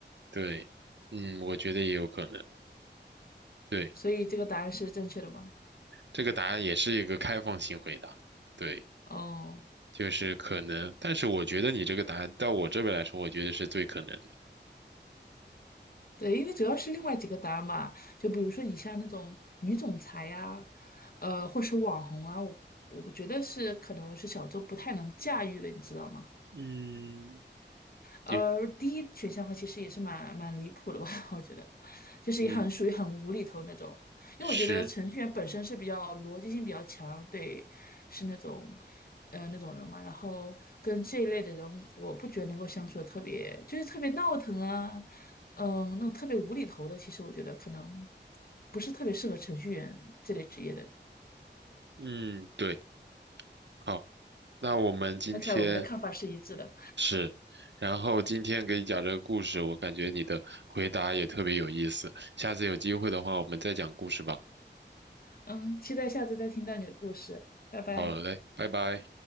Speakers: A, on the right; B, on the left.
A: 对，嗯，我觉得也有可能。对，
B: 所以这个答案是正确的吗？
A: 这个答案也是一个开放性回答。对，
B: 哦，
A: 就是可能，但是我觉得你这个答案到我这边来说，我觉得是最可能的。
B: 对，因为主要是另外几个答案嘛，就比如说你像那种女总裁呀、呃，或是网红啊，我我觉得是可能是小周不太能驾驭的，你知道吗？
A: 嗯，
B: 而第一选项的话，
A: 你，
B: 其实也是蛮蛮离谱的吧，<laughs> 我觉得，就是也很属于很无厘头那种。
A: 嗯，是，
B: 因为我觉得程序员本身是比较逻辑性比较强，对，是那种，呃，那种人嘛。然后跟这一类的人，我不觉得能够相处的特别，就是特别闹腾啊，嗯，那种特别无厘头的，其实我觉得可能不是特别适合程序员这类职业的人
A: 嗯，对，好，那我们今天
B: 那看来我们的看法是一致的，
A: 是，然后今天给你讲这个故事，我感觉你的回答也特别有意思。下次有机会的话，我们再讲故事吧。
B: 嗯，期待下次再听到你的故事，拜拜。
A: 好嘞，拜拜。